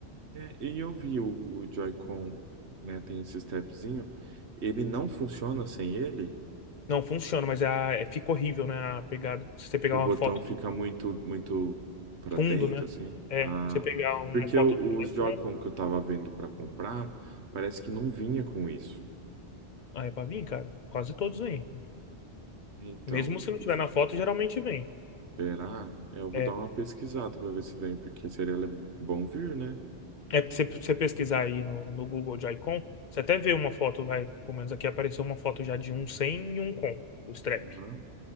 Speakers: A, on the right (about 70°); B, on the left (about 50°).
A: É, e eu vi o, o Joy-Con, né, tem esse stepzinho, ele não funciona sem ele?
B: Não funciona, mas é, a, é- fica horrível, né? A pegada. Se você pegar
A: O botão
B: uma foto
A: fica
B: do
A: muito, muito para
B: fundo,
A: dentro,
B: né?
A: assim?
B: É,
A: Ah,
B: se você pegar uma
A: porque
B: foto
A: o-
B: do telefone,
A: os Joy-Con que eu tava vendo para comprar, parece que não vinha com isso.
B: ah, é pra vir, cara. Quase todos vêm.
A: Então,
B: Mesmo se não tiver
A: os-
B: na foto, geralmente vem.
A: será? É, Eu vou
B: É,
A: dar uma pesquisada para ver se vem, porque seria le- bom vir, né?
B: é porque se você pesquisar aí no, no Google de Icon, você até vê uma foto, vai. Pelo menos aqui apareceu uma foto já de um sem e um com, os trap.
A: Aham,